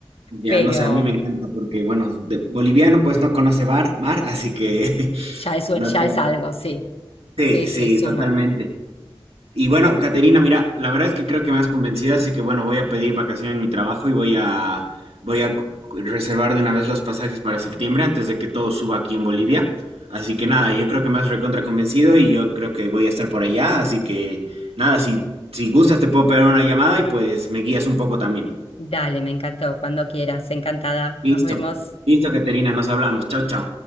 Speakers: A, on the right (about 85°); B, on the left (about 80°).
A: Ya,
B: pero...
A: no sé, a mí me encanta porque, bueno, de- boliviano pues no conoce bar- mar, así que <laughs>
B: Ya es, u-
A: no
B: ya
A: queda.
B: es algo, sí.
A: Sí,
B: Sí,
A: sí,
B: sí, suma.
A: totalmente. Y bueno, Caterina, mira, la verdad es que creo que me has convencido, así que bueno, voy a pedir vacaciones en mi trabajo y voy a voy a cu- reservar de una vez los pasajes para septiembre antes de que todo suba aquí en Bolivia. Así que nada, yo creo que me has recontra convencido y yo creo que voy a estar por allá, así que nada, si si gustas te puedo pegar una llamada y pues me guías un poco también.
B: Dale, me encantó. Cuando quieras, encantada.
A: Listo.
B: Nos vemos.
A: Listo, Caterina, nos hablamos. Chao, chao.